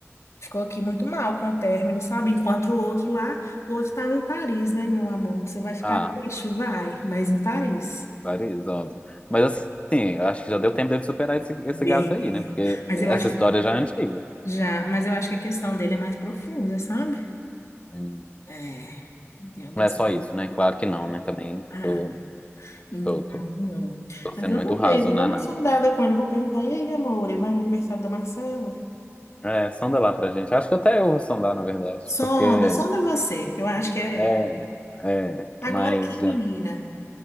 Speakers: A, on the left; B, on the left.
A: ficou aqui muito mal com o término, sabe? Enquanto o outro lá, o outro estava em Paris, né, meu amor? Você vai ficar
B: Ah,
A: triste? Vai, mas em Paris.
B: Paris, óbvio. Mas assim, eu acho que já deu tempo dele superar esse, esse
A: Yeah.
B: gato aí, né? Porque
A: Mas
B: essa
A: eu acho que
B: história já é antiga.
A: já, mas eu acho que a questão dele é mais profunda, sabe?
B: Hum.
A: É, tem alguns.
B: Não é só isso, né? Claro que não, né? Também
A: Ah,
B: tô,
A: então.
B: tô, tô, tô sendo
A: Mas vamos
B: muito raso
A: ver, vou
B: na
A: dar uma
B: análise.
A: sondada com ele. Vou perguntar, e aí, amor, ele vai no aniversário da Marcela?
B: É, sonda lá pra gente. Acho que até eu vou sondar, na verdade,
A: Sonda,
B: porque
A: sonda você, que eu acho que é.
B: É, é,
A: Agora
B: mas
A: aqui,
B: já.
A: menina,